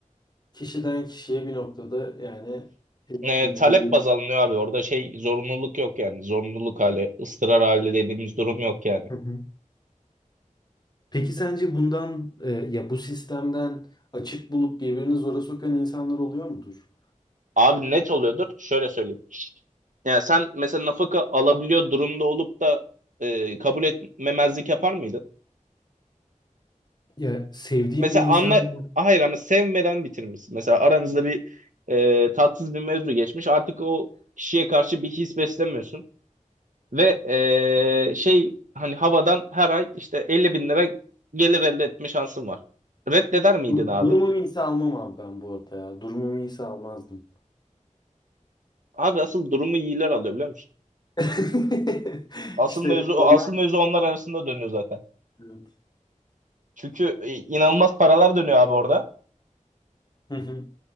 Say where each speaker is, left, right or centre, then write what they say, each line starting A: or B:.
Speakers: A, on the left; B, on the right.
A: Kişiden kişiye bir noktada yani etkileniyor
B: E, talep
A: diyorsun.
B: baz alınıyor abi orada şey zorunluluk yok yani zorunluluk hali ıstırar hali dediğimiz durum yok yani.
A: Hı hı. Peki sence bundan e, ya bu sistemden açık bulup birbirini zora sokan insanlar oluyor mudur?
B: Abi net oluyordur şöyle söyleyeyim. Yani sen mesela nafaka alabiliyor durumda olup da e, kabul etmemezlik yapar mıydın?
A: Ya sevdiğim
B: Mesela
A: bir
B: anla
A: insan <laughs>
B: ah hayır ama sevmeden bitirmişsin. Mesela aranızda bir e, tatsız bir mevzu geçmiş. Artık o kişiye karşı bir his beslemiyorsun. Ve e, şey hani havadan her ay işte 50 bin lira gelir elde etme şansın var. Reddeder miydin
A: Du-
B: abi?
A: Durumum iyiyse <laughs> almam abi ben bu arada ya. Durumum iyiyse almazdım.
B: Abi asıl durumu iyiler alıyor biliyor musun?
A: <laughs>
B: Asıl
A: İşte
B: mevzu
A: onlar.
B: asıl mevzu onlar arasında dönüyor zaten.
A: Evet.
B: Çünkü e, inanılmaz paralar dönüyor abi orada.
A: Hı hı.